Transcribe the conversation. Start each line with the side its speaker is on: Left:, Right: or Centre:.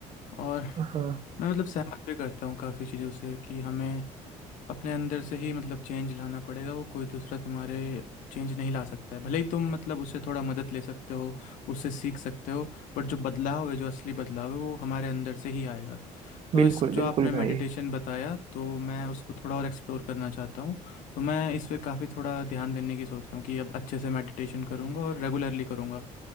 Left: और
Right: हाँ
Left: मैं मतलब सहमत भी करता हूँ काफ़ी चीज़ों से कि हमें अपने अंदर से ही मतलब चेंज लाना पड़ेगा वो कोई दूसरा तुम्हारे चेंज नहीं ला सकता है भले ही तुम मतलब उससे थोड़ा मदद ले सकते हो उससे सीख सकते हो बट जो बदलाव है जो असली बदलाव है वो हमारे अंदर से ही आएगा तो
Right: बिल्कुल
Left: इस जो
Right: बिल्कुल
Left: आपने
Right: भाई
Left: मेडिटेशन बताया तो मैं उसको थोड़ा और एक्सप्लोर करना चाहता हूँ तो मैं इस पे काफ़ी थोड़ा ध्यान देने की सोच रहा हूँ कि अब अच्छे से मेडिटेशन करूँगा और रेगुलरली करूँगा